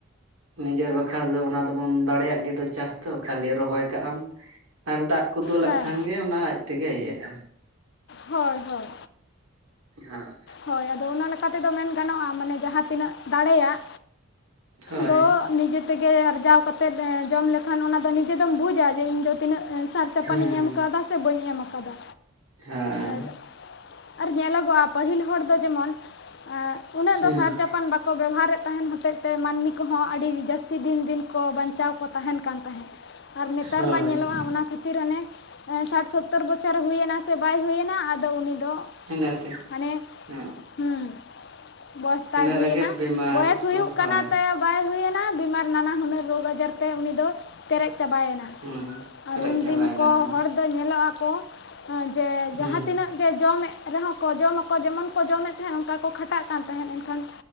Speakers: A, on the right; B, on the left.
A: ᱱᱤᱡᱮᱨ ᱵᱟᱠᱷᱨᱟ ᱫᱚ ᱚᱱᱟ ᱫᱚᱵᱚᱱ ᱫᱟᱲᱮᱭᱟᱜ ᱜᱮᱫᱚ ᱪᱟᱥ ᱫᱚ ᱠᱷᱟᱹᱞᱤ ᱨᱚᱦᱚᱭ ᱠᱟᱜ ᱟᱢ, ᱟᱨ ᱫᱟᱜ ᱠᱚ ᱫᱩᱞᱟᱜ
B: ᱦᱮᱸ
A: ᱠᱷᱟᱱ ᱜᱮ ᱚᱱᱟ ᱟᱡ ᱛᱮᱜᱮ ᱤᱭᱟᱹᱜᱼᱟ᱾
B: ᱦᱳᱭ ᱦᱳᱭ᱾
A: ᱦᱮᱸ᱾
B: ᱦᱳᱭ ᱟᱫᱚ ᱚᱱᱟ ᱞᱮᱠᱟ ᱛᱮᱫᱚ ᱢᱮᱱ ᱜᱟᱱᱚᱜᱼᱟ ᱢᱟᱱᱮ ᱡᱟᱦᱟᱸ ᱛᱤᱱᱟᱹᱜ ᱫᱟᱲᱮᱭᱟᱜ
A: ᱦᱳᱭ
B: ᱫᱚ ᱱᱤᱡᱮ ᱛᱮᱜᱮ ᱟᱨᱡᱟᱣ ᱠᱟᱛᱮᱜ ᱡᱚᱢ ᱞᱮᱠᱷᱟᱱ ᱚᱱᱟ ᱫᱚ ᱱᱤᱡᱮ ᱫᱚᱢ ᱵᱩᱡᱟ ᱡᱮ ᱤᱧ ᱫᱚ ᱛᱤᱱᱟᱹᱜ ᱥᱟᱨ ᱪᱟᱯᱟᱱᱤᱧ
A: ᱦᱩᱸ
B: ᱮᱢ ᱠᱟᱫᱟ ᱥᱮ ᱵᱟᱹᱧ ᱮᱢ ᱠᱟᱣᱫᱟ
A: ᱦᱮᱸ
B: ᱟᱨ ᱟᱨ ᱧᱮᱞᱚᱜᱚᱜᱼᱟ ᱯᱟᱹᱦᱤᱞ ᱦᱚᱲ ᱫᱚ ᱡᱮᱢᱚᱱ ᱮᱸᱜ ᱩᱱᱟᱹᱜ
A: ᱦᱩᱸ
B: ᱫᱚ ᱥᱟᱨ ᱪᱟᱯᱟᱱ ᱠᱚ ᱵᱮᱵᱚᱦᱟᱨᱮᱫ ᱛᱟᱦᱮᱸᱱ ᱦᱚᱛᱮᱡ ᱛᱮ ᱢᱟᱹᱱᱢᱤ ᱠᱚᱦᱚᱸ ᱟᱹᱰᱤ ᱡᱟᱹᱥᱛᱤ ᱫᱤᱱ ᱫᱤᱱ ᱠᱚ ᱵᱟᱧᱪᱟᱣ ᱠᱚ ᱛᱟᱦᱮᱸᱱ ᱠᱟᱱ ᱛᱟᱦᱮᱸᱫ᱾ ᱟᱨ ᱱᱮᱛᱟᱨ
A: ᱦᱳᱭ
B: ᱢᱟ ᱧᱮᱞᱚᱜᱼᱟ ᱚᱱᱟ ᱠᱷᱟᱹᱛᱤᱨ ᱦᱟᱱᱮ ᱥᱟᱴ ᱥᱳᱛᱛᱚᱨ ᱵᱚᱪᱷᱚᱨ ᱦᱩᱭ ᱮᱱᱟ ᱥᱮ ᱵᱟᱭ ᱦᱩᱭᱮᱱᱟ ᱟᱫᱚ ᱩᱱᱤ ᱫᱚ
A: ᱮᱱᱟᱹᱛᱮ
B: ᱦᱟᱱᱮ
A: ᱦᱮᱸᱜ ᱚ᱾
B: ᱦᱩᱸ ᱵᱚᱭᱚᱥ ᱛᱟᱭ ᱦᱩᱭᱮᱱᱟ
A: ᱨᱮᱜᱮ ᱵᱤᱢᱟᱨ
B: ᱵᱚᱭᱮᱥ
A: ᱠᱚ
B: ᱦᱩᱭᱩᱜ
A: ᱦᱳᱭ
B: ᱠᱟᱱᱟ ᱛᱟᱭᱟ ᱵᱟᱭ ᱦᱩᱭᱱᱟ ᱵᱤᱢᱟᱨ ᱱᱟᱱᱟ ᱦᱩᱱᱟᱹᱨ ᱨᱳᱜᱽ ᱟᱡᱟᱨ ᱛᱮ ᱩᱱᱤ ᱫᱚ ᱯᱮᱨᱮᱡ ᱪᱟᱵᱟᱭᱮᱱᱟ
A: ᱦᱩᱸ ᱯᱮᱨᱮᱡ
B: ᱟᱨ ᱩᱱᱫᱤᱱ
A: ᱪᱟᱵᱟᱭᱮᱱᱟ
B: ᱠᱚ
A: ᱦᱮᱸ
B: ᱦᱚᱲ ᱫᱚ ᱧᱮᱞᱚᱜᱼᱟ ᱠᱚ ᱡᱮ ᱡᱟᱦᱟᱸ
A: ᱦᱩᱸ
B: ᱛᱤᱱᱟᱹᱜ ᱜᱮ ᱡᱚᱢᱮᱫ ᱨᱮᱦᱚᱸ ᱠᱚ ᱡᱚᱢ ᱠᱚ ᱡᱮᱢᱚᱱ ᱠᱚ ᱡᱚᱢᱮᱫ ᱛᱟᱦᱮᱸᱫ ᱚᱱᱠᱟ ᱠᱚ ᱠᱷᱟᱴᱟᱜ ᱠᱟᱱ ᱛᱟᱦᱮᱸᱫ ᱮᱱᱠᱷᱟᱱᱤ